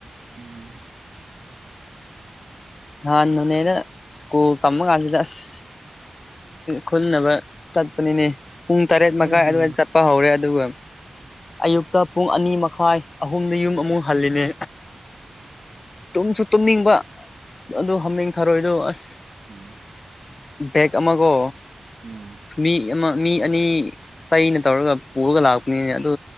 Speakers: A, on the right; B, on the left.
A: ꯎꯝ
B: ꯅꯍꯥꯟꯅꯅꯦꯅ ꯁ꯭ꯀꯨꯜ ꯇꯃ ꯀꯥꯟꯁꯤꯗ ꯑꯁ ꯈꯨꯜꯅꯕ ꯆꯠꯄꯅꯤꯅꯦ ꯄꯨꯡ ꯇꯔꯦꯠ
A: ꯍꯣꯏꯅꯦ
B: ꯃꯈꯥꯏ ꯑꯗꯨꯋꯥꯏꯗ ꯆꯠꯄ ꯍꯧꯔꯦ ꯑꯗꯨꯒ ꯑꯌꯨꯛꯇ ꯄꯨꯡ ꯑꯅꯤ ꯃꯈꯥꯏ ꯑꯍꯨꯝꯗ ꯌꯨꯝ ꯑꯃꯨꯛ ꯍꯜꯂꯤꯅꯦ ꯇꯨꯝꯁꯨ ꯇꯨꯝꯅꯤꯡꯕ ꯑꯗꯨ
A: ꯎꯝ
B: ꯍꯥꯃꯦꯡ ꯊꯥꯔꯣꯏꯏꯗꯣ ꯑꯁ
A: ꯎꯝ
B: ꯕꯦꯛ ꯑꯃꯒꯣ
A: ꯎꯝ
B: ꯃꯤ ꯑꯃ ꯃꯤ ꯑꯅꯤ ꯇꯩꯅ ꯇꯧꯔꯒ ꯄꯨꯔꯒ ꯂꯥꯛꯄ ꯅꯦ ꯑꯗꯨ